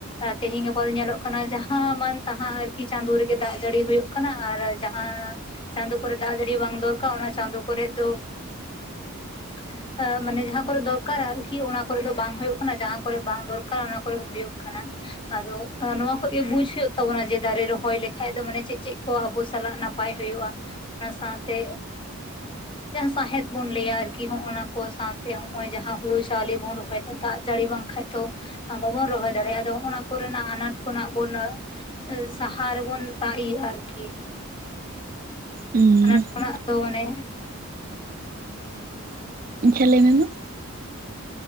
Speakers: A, on the left; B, on the right.
A: ᱟ ᱛᱮᱹᱦᱮᱹᱧ ᱜᱟᱯᱟ ᱣᱚ ᱧᱮᱞᱚᱜ ᱠᱟᱱᱟ ᱡᱟᱦᱟᱸ ᱢᱟᱱ ᱛᱟᱦᱟᱸ ᱟᱨᱠᱤ ᱪᱟᱸᱫᱳ ᱨᱮᱜᱮ ᱫᱟᱜ ᱡᱟᱹᱲᱤ ᱦᱳᱭᱳᱜ ᱠᱟᱱᱟᱻ ᱟᱨ ᱡᱟᱦᱟᱸ ᱪᱟᱸᱫᱳ ᱠᱚᱨᱮ ᱫᱟᱜ ᱡᱟᱹᱲᱤ ᱵᱟᱝ ᱫᱚᱨᱠᱟ ᱚᱱᱟ ᱪᱟᱸᱫᱳ ᱠᱚᱨᱮᱜ ᱫᱚ <inaudible> ᱟ ᱢᱟᱱᱮ ᱡᱟᱦᱟᱸ ᱠᱚᱨᱮ ᱫᱚᱨᱠᱟᱨᱟ ᱟᱨᱠᱤ ᱚᱱᱟ ᱠᱚᱨᱮ ᱫᱚ ᱵᱟᱝ ᱦᱩᱭᱩᱜ ᱠᱟᱱᱟ, ᱡᱟᱦᱟᱸ ᱠᱚᱨᱮ ᱵᱟᱝ ᱫᱚᱨᱠᱟᱨᱟ ᱚᱱᱟ ᱠᱚᱨᱮ ᱦᱩᱭᱩᱜ ᱠᱟᱱᱟ᱾ ᱟᱫᱚ ᱟᱸ ᱱᱚᱣᱟ ᱠᱷᱚᱡ ᱜᱮ ᱵᱩᱡ ᱦᱩᱭᱩᱜ ᱛᱟᱵᱚᱱᱟ ᱡᱮ ᱫᱟᱨᱮ ᱨᱚᱦᱚᱭ ᱞᱮᱠᱷᱟᱡ ᱫᱚ ᱢᱟᱱᱮ ᱪᱮᱜ-ᱪᱮᱜ ᱠᱚ ᱟᱵᱚᱥ ᱥᱟᱞᱟᱜ ᱱᱟᱯᱟᱭ ᱦᱩᱭᱩᱜᱼᱟ ᱚᱱᱟ ᱥᱟᱶᱛᱮ ᱡᱟᱦᱟᱸ 'ᱥᱟᱸᱦᱮᱫ' ᱵᱚᱱ ᱞᱟᱹᱭᱟᱨᱠᱤ ᱦᱚᱜᱼᱚᱱᱟ ᱠᱚ, ᱥᱟᱶᱛᱮ ᱦᱚᱸᱜᱼᱚᱭ ᱡᱟᱦᱟᱸ ᱦᱩᱲᱩ ᱪᱟᱣᱞᱮ ᱵᱚᱱ ᱨᱚᱦᱚᱭᱫᱟ ᱫᱟᱜ ᱡᱟᱹᱲᱤ ᱵᱟᱝ ᱠᱷᱟᱡ ᱛᱚ ᱟᱸ ᱵᱟᱵᱚᱱ ᱨᱚᱦᱚᱭ ᱫᱟᱲᱮ ᱟᱫᱚ, ᱦᱚᱜᱼᱚᱱᱟ ᱠᱚᱨᱮᱱᱟᱜ ᱟᱱᱟᱴ ᱠᱚᱱᱟᱜ ᱵᱚᱱ ᱟᱺ ᱥᱟᱦᱟ ᱨᱮ ᱵᱚᱱ ᱛᱟ ᱤᱭᱟᱹ ᱟᱨᱠᱤ᱾
B: ᱦᱮᱸ
A: ᱟᱱᱟᱴ ᱠᱷᱚᱱᱟᱜ ᱫᱚ ᱢᱟᱱᱮ
B: ᱪᱷᱮ ᱞᱟᱹᱭ ᱢᱮ ᱢᱟ?